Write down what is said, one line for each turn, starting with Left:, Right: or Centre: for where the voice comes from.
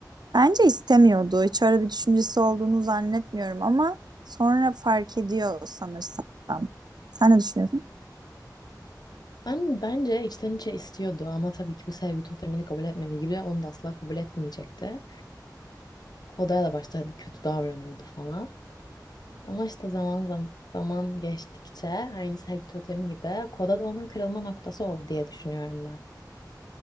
Right: Bence istemiyordu. Hiç öyle bir düşüncesi olduğunu zannetmiyorum ama sonra fark ediyor sanırsam. Sen ne düşünüyorsun?
Left: Ben bence içten içe istiyordu ama tabii ki bu sevgi totemini kabul etmediği gibi onu da asla kabul etmeyecekti. Koda'ya da başta hadi kötü davranıyordu falan. Ama işte zaman zaman, zaman geçtikçe aynı sevgi totemi gibi Koda da onun kırılma noktası oldu diye düşünüyorum ben.